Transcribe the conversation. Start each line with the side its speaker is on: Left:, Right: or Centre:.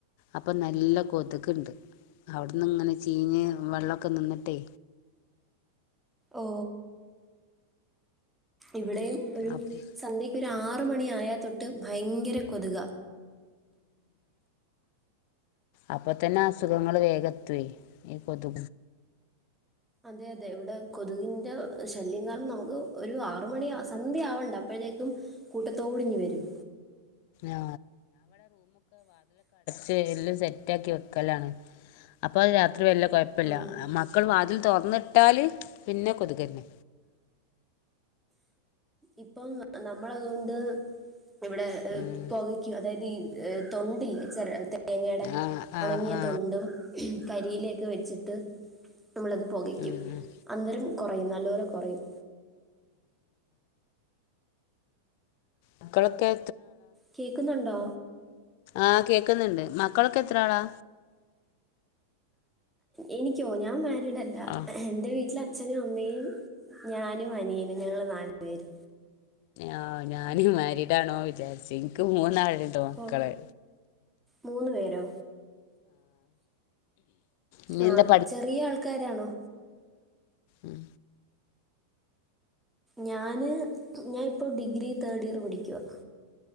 Left: അപ്പൊ നല്ല കൊതുക്ണ്ട് അവിടന്ന് ഇങ്ങനെ ചീഞ്ഞ് വെള്ളക്കെ നിന്നിട്ടെ
Centre: ഓ ഇവിടേം ഒരു
Left: അപ്-
Centre: സന്ധ്യ ഒരു ആറുമണി ആയ തൊട്ട് ഭയങ്കര കൊതുക
Left: അപ്പൊ തന്നെ അസുഖങ്ങൾ വേഗത്തി വരും ഈ കൊതു
Centre: അതെ അതെ ഇവിടെ കൊതുകിൻ്റെ ശല്യം കാരണം നമുക്ക് ഒരു ആറുമണി സന്ധ്യ ആവണ്ട അപ്പോഴത്തേക്കും കൂട്ടത്തോടിങ്ങ് വരും
Left: ആ എാം സെറ്റ ആക്കി വെക്കലാണ് അപ്പൊ ത്രി വല്ല്യ കോയപ്പില്ല
Centre: ആ,
Left: മക്കളും വാതിൽ തുറന്നിട്ടാല് പിന്നെ കൊതുകന്നെ
Centre: ഇപ്പം നമ്മളതൊണ്ട് ഇവിടെ
Left: ഉം
Centre: പൊകയ്ക്കും അതായത് തൊണ്ടില്ലേ ചെരട്ട തേങ്ങടെ
Left: ആ ആ
Centre: ഉണങ്ങിയ
Left: ആ
Centre: തൊണ്ടും കരിയിലേക്കെ വെച്ചിട്ട് നമ്മളത് പൊകയ്ക്കും
Left: ഉം ഉം.
Centre: അന്നേരം കൊ റയും നല്ലപോലെ കൊറയും
Left: മക്കളൊക്കെ
Centre: കേക്കുന്നുണ്ടോ
Left: ആ കേക്കുന്നുണ്ട് മക്കളൊക്കെ എത്ര ആളാ
Centre: എനിക്കോ ഞാൻ മാ രീടല്ല
Left: ആഹ്
Centre: എന്റെ വീട്ടിൽ അച്ഛനും അമ്മയും ഞാനും അനിയനും ഞങ്ങള് നാല് പേര്
Left: ഓ ഞാന് മാരീഡ് ആണോ വി ചാരിച്ചു എനിക്ക് മൂന്നാളുണ്ട് മക്കളേ
Centre: ഓ മൂന്ന് പേരോ
Left: ഇനി
Centre: ആ
Left: എന്താ
Centre: ചെറിയ ആൾക്കാരാണോ
Left: ഉം
Centre: ഞാന് ഞാൻ ഇപ്പോൾ ഡിഗ്രി തേർഡ് ഇയർ പഠിക്കുവാ